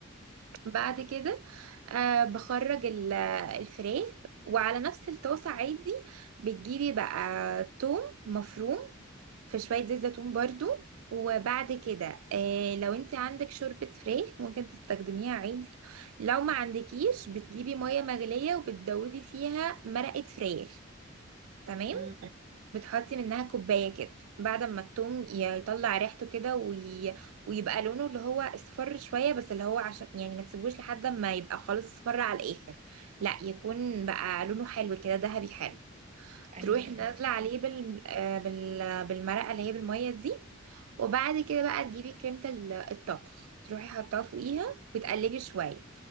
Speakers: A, on the right; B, on the right.
A: بعد كده آه بخرج ال- الفراخ وعلى نفس الطاسة عادي بتجيبي بقى توم مفروم في شوية زيت زيتون برضو وبعد كده آه لو انت عندك شوربة فراخ ممكن تستخدميها عادي لو ما عندكيش بتجيبي مية مغلية وبتدوبي فيها مرقة فراخ تمام
B: امم
A: بتحطي منها كوباية كده بعد ما التوم يطلع ريحته كده وي... ويبقى لونه اللي هو اصفر شوية بس اللي هو عشان يعني ما تسيبوش لحد ما يبقى خالص اصفر على الآخر لا يكون بقى لونه حلو كده ذهبي حلو
B: ايوه
A: تروحي
B: فاهم
A: نازله عليه بال... آه، بال... بالمرقه اللي هي بالميه دي وبعد كده بقى تجيبي كريمه ال- الطبخ تروحي حطها فوقيها وتقلبي شويه